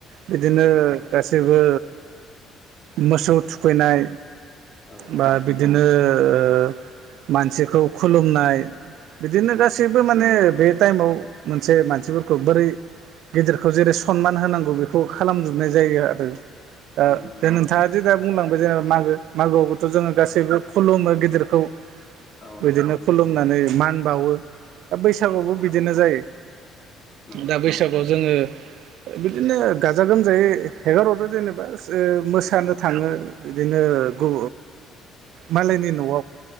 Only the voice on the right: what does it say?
बिदिनो
गासैबो मोसौ थुखैनाय
बा बिदिनो ओ मानसिखौ खुलुमनाय बिदिनो गासैबो माने बे टाइमाव मोनसे मानसिफोरखौ बोरै गिदिरखौ जेरै सनमान होनांगौ बेखौ खालामजोबनाय जायो आरो ओ
दा नोंथाङादि दा बुंलांबाय जेनेबा मागो मागोआवबोथ' जोंङो गासैबो
खुलुमो गिदिरखौ
बिदिनो
खुलुमनानै मान बावो। दा बैसागआवबो
बिदिनो जायो
दा
बैसागु आंङो बिदिनो गाजा गोमजायै हेगार हरो जेनेबास। रो मोसानो
थाङो बिदिनो गु मालायनि न'आव।